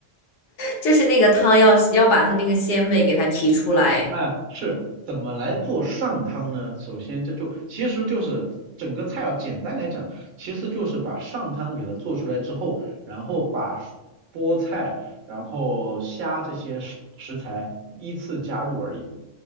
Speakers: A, on the left; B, on the right.
A: 就是那个汤要要把它那个鲜味给它提出来。
B: <laughs> 哎，是怎么来做上汤呢？首先这就其实就是整个菜要简单来讲，其实就是把上汤给它做出来之后，然后把菠菜、然后虾这些食食材依次加入而已，